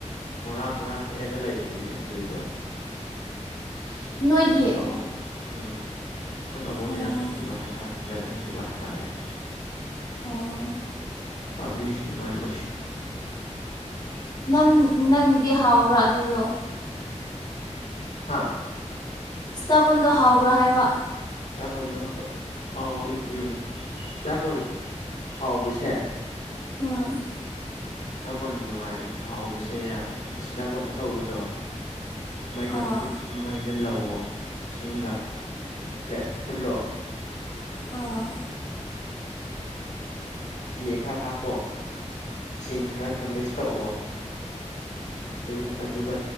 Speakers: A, on the left (about 70°); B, on the left (about 30°).
A: ꯕꯣꯔꯥ ꯕꯣꯔꯥ ꯍꯦꯛꯑꯒ ꯂꯩꯕꯅꯤꯅꯦ ꯑꯗꯨꯏꯗꯣ ꯑꯩꯈꯣꯏ
B: ꯅꯣꯏꯒꯤ
A: ꯄꯥꯕꯨꯡ ꯎꯝ ꯑꯩꯈꯣꯏ ꯄꯥꯕꯨꯡꯅ
B: ꯑꯣ
A: ꯌꯥꯟꯊꯠꯈꯤꯕ ꯍꯥꯏꯇꯥꯏ ꯌꯥꯟꯊꯠꯈꯤꯕ ꯍꯥꯏꯇꯥꯔꯦ
B: ꯑꯣ
A: ꯄꯥꯝꯕꯤꯁꯤꯡ ꯂꯣꯏꯃꯛ
B: ꯅꯪ ꯅꯪꯒꯤꯗꯤ ꯍꯥꯎꯕ꯭ꯔꯥ ꯑꯗꯨꯗꯣ
A: ꯍꯥꯥ
B: ꯏꯁ꯭ꯇꯕꯟꯗꯣ ꯍꯥꯎꯕ꯭ꯔꯥ ꯍꯥꯏꯕ
A: ꯁꯇꯥꯄꯣꯟꯗꯣ ꯍꯥꯎꯋꯤ ꯎꯝ ꯁꯤꯇꯥꯄꯣꯟ ꯍꯥꯎꯕꯁꯦ
B: ꯑꯝ
A: ꯁꯤꯗꯄꯣꯟ ꯅꯨꯡꯉꯥꯏ ꯍꯥꯎꯕꯁꯦ ꯑꯁꯤꯗꯥꯄꯣꯟ ꯑꯆꯧꯕꯗꯣ ꯃꯩꯗꯨ
B: ꯑꯣ
A: ꯃꯩꯗ ꯂꯧꯑꯣ ꯏꯁꯤꯡꯒ ꯑꯦ ꯐꯨꯠꯂꯣ
B: ꯑ
A: ꯆꯤꯅꯤ ꯈꯔ ꯍꯥꯞꯄꯣ ꯏꯁꯤꯡ ꯈꯔꯒ ꯃꯤꯛꯁ ꯇꯧꯑꯣ ꯑꯗꯨ ꯑꯗꯨꯒ